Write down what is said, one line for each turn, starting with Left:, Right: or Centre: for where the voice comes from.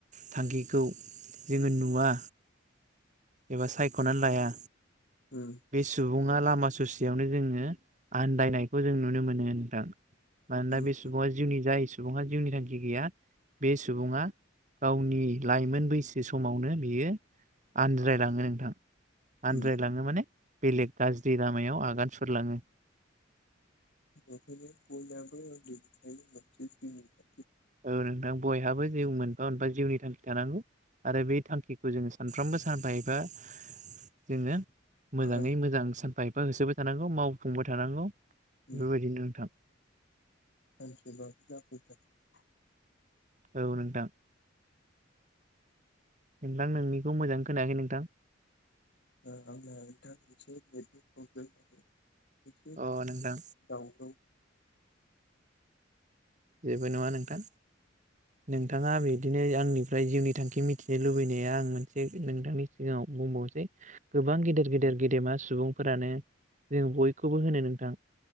Right: थांखिखौ जोङो नुवा एबा सायख'नानै लाया
Left: उम
Right: बे सुबुङा लामा ससेयावनो जोङो आन्दायनायखौ जों नुनो मोनो नोंथां मानोना
Left: उम
Right: बे सुबुंआ जिउनि जाय सुबुङा जिउनि थांखि गैया बे सुबुङा गावनि लाइमोन बैसो समावनो बियो आनज्रायलाङो नोंथां आनन्द्रायलाङो
Left: उम
Right: माने बेलेग गाज्रि लामायाव आगान सुरलाङो
Left: <unintelligible>
Right: ओ नोंथां बयहाबो जिउ मोनफा मोनफा जिउनि थांखि थानांगौ आरो बे थांखिखौ जोंयो सानफ्रोमबो सानफा एबा
Left: <inaudible>
Right: <unintelligible> मोजाङै
Left: आगान सुर
Right: मोजां सानफा एफा होसोबाय थानांगौ मावफुंबाय थानांगौ बेबायदिनो
Left: उम
Right: नोंथां
Left: <inaudible>
Right: औ नोंथां नोंथां नोंनिखौ मोजां खोनायाखै नोंथां
Left: ओ आंना नोंथां एसे नेथनि प्रब्लेम जादों एसे
Right: अ नोंथां
Left: दावउखौ
Right: जेबो नङा नोंथां नोंथाङा बिदिनो बिनो आंनिफ्राय जिउनि थांखि मिथिनो लुबैनाया आं मोनसे नोंथांनि सिगाङाव बुंबावनोसै गोबां गेदेर गेदेर गेदेमा सुबुंफोरानो जों बयखौबो होनो नोंथां